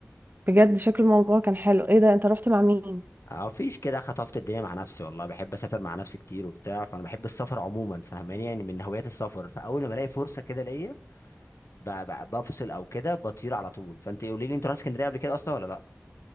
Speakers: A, on the right; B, on the left.
A: بجد شكل الموضوع كان حلو ايه ده انت رحت مع مين؟
B: اه فيش كده خطفت الدنيا مع نفسي والله بحب اسافر مع نفسي كتير وبتاع فانا بحب السفر عموما فاهماني يعني من هوايات السفر فاول ما الاقي فرصه كده ليا ب- ب- بفصل او كده بطير على طول فانت قولي لي انت رحت اسكندريه قبل كده اصلا ولا لا